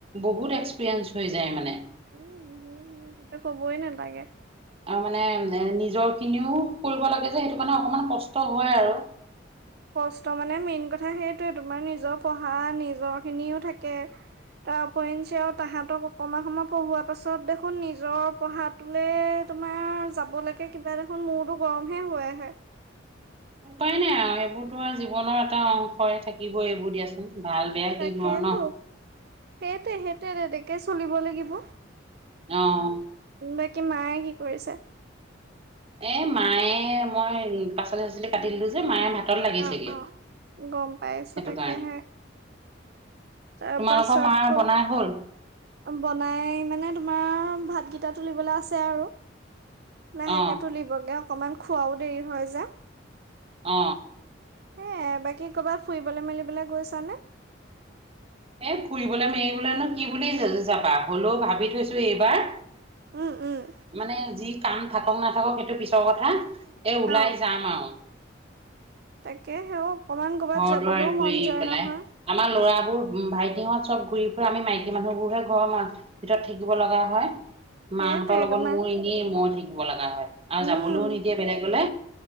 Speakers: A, on the right; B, on the right.
A: বহুত এক্সপিৰিয়েঞ্চ হৈ যায় মানে।
B: উম- হম সেইটো ক'বই নালাগে।
A: আৰু মানে নিজৰ খিনিও কৰিব লাগে যে, সেইটো কাৰণে অকমান কষ্ট হয় আৰু।
B: কষ্ট মানে মেইন কথা সেইটোৱে, তোমাৰ নিজৰ পঢ়া নিজৰ খিনিও থাকে। তাৰ ওপৰিঞ্চি আৰু তাহতক অকমান সময় পঢ়োৱা পাছত দেখোন নিজৰ পঢ়াত তোলে তোমাৰ যাবলৈকে কিবা দেখোন মূৰটো গৰম হে হৈ আহে।
A: উপায় নাই আৰু সেইবোৰতো আৰু জীৱনৰ এটা অংশ থাকিবই, এইবোৰ দিয়াচোন ভাল। বেয়া
B: তাকেইে
A: কিনো আৰু ন
B: তো সেই টো তেনেকে চলিব লাগিব।
A: অহ।
B: বাকী মায়ে কি কৰিছে?
A: এ মায়ে মই পাচলি- চাচলি কাটি দিলো যে, মায়ে ভাত তাত লাগিছেগে
B: অ অ গম পাইছো
A: সেইটো
B: তাকেহে
A: কাৰণে।
B: তাৰ
A: তোমালোকৰ
B: পাছত
A: মাৰ
B: ক
A: বনাই হ'ল?
B: বনাই মানে তোমাৰ ভাতকিটা তুলিবলৈ আছে আৰু। লাহেকে
A: অ
B: তুলিবগে অকমান খোৱাও দেৰি হয় যে।
A: অ।
B: এ বাকী কৰ'বাত ফুৰিবলৈ মেলিবলৈ গৈছানে?
A: এ ফুৰিবলৈ মেৰিবলৈনো কি বুলি যাবা, হ'লেও ভাবি থৈছো এইবাৰ।
B: উম- উম।
A: মানে যি কাম থাকক- নাথাকক সেইটো পিছৰ কথা এ ওলাই
B: অ
A: যাম আৰু।
B: তাকে হেও অকমান ক'ৰবাত
A: ঘৰ
B: যাবলৈও
A: দুৱাৰ ঘূৰি
B: মন যায়
A: পেলাই
B: নহয়।
A: আমাৰ ল'ৰাবোৰ ভাইটিহঁত চব ঘূৰি- ফুৰা আমি মাইকী মানুহবোৰ হে ঘৰ ম ভিতৰত থাকিব লগা হয়।
B: সেইটোৱে
A: মাহঁতৰ লগত
B: তোমাৰ
A: মোৰ এনেই মই থাকিব লগা হয়। আৰু যাবলৈও
B: উম
A: নিদিয়ে বেলেগলে।